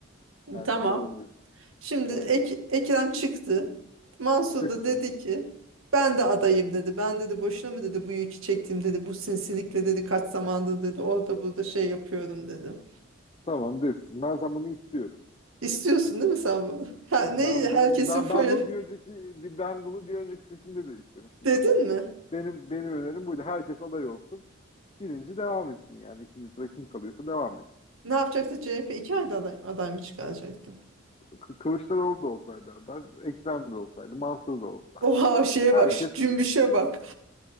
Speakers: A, on the left; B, on the right.
A: her
B: Tamam.
A: şey olabilir.
B: Şimdi
A: Evet.
B: Ek- Ekrem çıktı. Mansur
A: Çıksın.
B: da dedi ki ben de adayım dedi. Ben dedi boşuna mı dedi bu yükü çektim dedi. Bu sinsilikle dedi kaç zamandır dedi orada burada şey yapıyorum dedi.
A: Tamam desin. Ben sen bunu istiyorum.
B: İstiyorsun değil mi sen bunu? Ha, ne
A: Ben
B: herkesin
A: bunu ben
B: foyu
A: ben bunu bir önceki bir- ben bunu bir önceki seçimde de istemiştim
B: dedin
A: zaten.
B: mi?
A: Benim benim önerim buydu. Herkes aday olsun. Birinci devam etsin yani. İkinci sıra kim kalıyorsa devam etsin.
B: Ne yapacaktı CHP? iki ayda aday, aday mı çıkaracaktı?
A: Kı- Kılıçdaroğlu da olsaydı aday, Ekrem de olsaydı, Mansur da olsaydı.
B: Oha şeye
A: Herkes
B: bak şu cümbüşe bak.